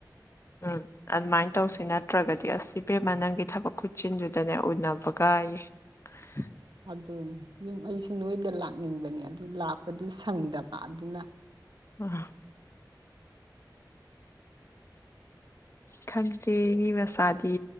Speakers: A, on the left; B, on the right.
A: ꯎꯝ ꯑꯗꯨꯃꯥꯏꯅ ꯇꯧꯁꯤ ꯅꯠꯇ꯭ꯔꯒꯗꯤ ꯑꯁꯤꯕꯦꯃ ꯅꯪꯒꯤ ꯊꯕꯛ ꯈꯨꯠꯆꯤꯟꯗꯨꯗꯅꯦ ꯎꯅꯕꯒꯥꯏꯌꯦ꯫ <unintelligible>
B: ꯑꯗꯨꯅꯦ ꯌꯨꯝ ꯑꯩꯁꯨ ꯅꯣꯏꯗ ꯂꯥꯛꯅꯤꯡꯕꯅꯦ ꯑꯗꯨ ꯂꯥꯛꯄꯗꯨ ꯁꯪꯗꯕ ꯑꯗꯨꯅ
A: ꯑ ꯈꯪꯗꯦ ꯃꯤ ꯃꯆꯥꯗꯤ